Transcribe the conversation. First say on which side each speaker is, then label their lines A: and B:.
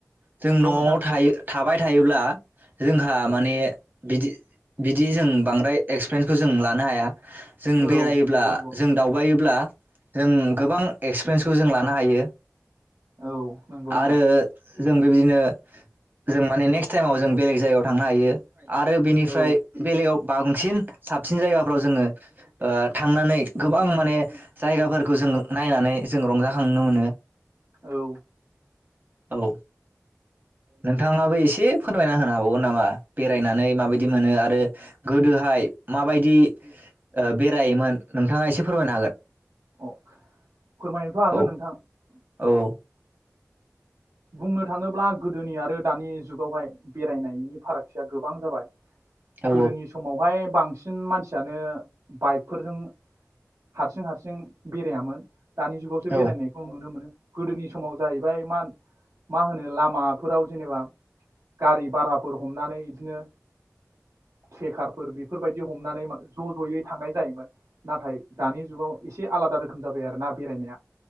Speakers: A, on the right (about 35°); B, on the right (about 85°).
A: जों
B: नंगौ
A: न'आव
B: नोंथां नंगौ
A: थायो थाबाय थायोब्ला जोंहा माने बिदि बिदि जों बांद्राय एक्सपिरियेन्सखौ जों लानो हाया जों बेरायोब्ला
B: औ नंगौ नंगौ
A: जों दावबायोब्ला जों गोबां एक्सपिरियेन्सखौ जों लानो हायो
B: औ नंगौ नोंथां
A: आरो जों बेबायदिनो जों माने नेक्स्ट टाइमाव जों बेलेग जायगायाव थांनो हायो आरो बेनिफ्राय
B: औ
A: बेलेगायाव बांसिन साबसिन जायगाफ्राव जोङो ओ थांनानै गोबां माने जायगाफोरखौ जों नायनानै जों रंजाखांनो मोनो
B: औ
A: औ नोंथाङाबो एसे फोरमायना होनो हाबावगोन नामा बेरायनानै माबायदि मोनो आरो गोदोहाय माबायदि बेरायोमोन नोंथाङा एसे फोरमायनो हागोन
B: अ फोरमायनोथ' हागोन
A: औ औ
B: नोंथां
A: औ
B: बुंनो थाङोब्ला गोदोनि आरो दानि जुगावहाय बेरायनायनि फारागथिया गोबां जाबाय
A: औ
B: गोदोनि समावहाय बांसिन मानसियानो बाइकफोरजों हारसिं हारसिं बेरायामोन दानि जुगावसो बेरायनायखौ
A: औ
B: नुनो मोनो गोदोनि समाव जाहैबाय मान मा होनो लामा फोराव जेनेबा गारि भाराफोर हमनानै इदिनो ट्रेखार फोर बेफोरबायदि हमनानै ज' ज'यै थांनाय जायोमोन नाथाय दानि जुगाव एसे आलादा रोखोम जाबाय आरो ना बेरायनाया